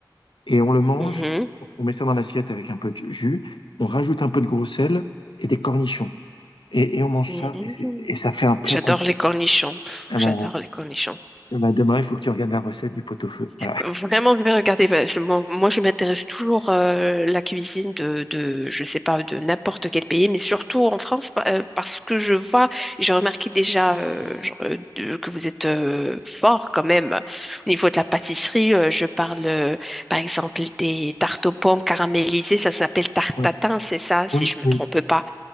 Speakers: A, on the left; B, in the centre.
A: Et on le mange.
B: Mhm.
A: On met ça dans l'assiette avec un peu de jus. On rajoute un peu de gros sel et des cornichons. Et, et on mange
B: Mhm.
A: ça. Et, c'est- et ça fait un plat
B: J'adore
A: complet.
B: les cornichons. Pff,
A: Ah bah,
B: J'adore les cornichons.
A: ah bah, demain, il faut que tu regardes la recette du pot-au-feu. Voilà.
B: Euh, Vraiment, je vais regarder. parce que Moi, moi, je m'intéresse toujours euh, la cuisine de, de, je sais pas, de n'importe quel pays, mais surtout en France, pa- euh, parce que je vois, j'ai remarqué déjà euh, genre, euh, de- que vous êtes euh, fort quand même au niveau de la pâtisserie. euh, je parle, euh, par exemple, des tartes aux pommes caramélisées. Ça s'appelle tarte
A: Ouais.
B: tatin, c'est ça, si
A: Oui,
B: je me
A: oui.
B: trompe pas.